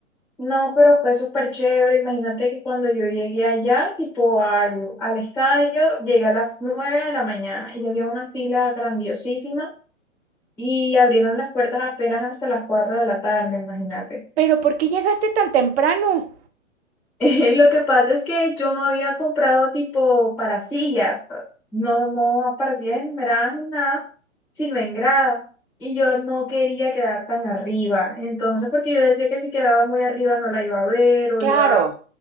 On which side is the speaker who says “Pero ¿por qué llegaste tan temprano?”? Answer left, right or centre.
Right